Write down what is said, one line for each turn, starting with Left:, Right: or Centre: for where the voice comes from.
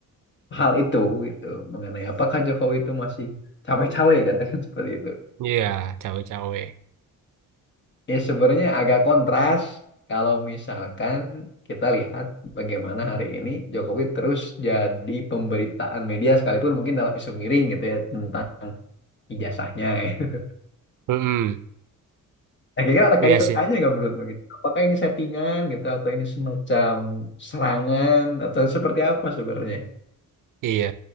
Left: hal itu gitu mengenai apakah Jokowi itu masih cawe-cawe katakan <laughs> seperti itu.
Right: iya, cawe-cawe.
Left: Ya sebenarnya agak kontras kalau misalkan kita lihat bagaimana hari ini Jokowi terus jadi pemberitaan media sekalipun mungkin dalam isu miring gitu ya tentang ijazahnya. <laughs>
Right: Mm-mm,
Left: Nah, kira-kira ada
Right: iya
Left: kaitannya
Right: sih.
Left: nggak menurutmu gitu? Apakah ini settingan gitu atau ini semacam serangan atau seperti apa sebenarnya?
Right: Iya.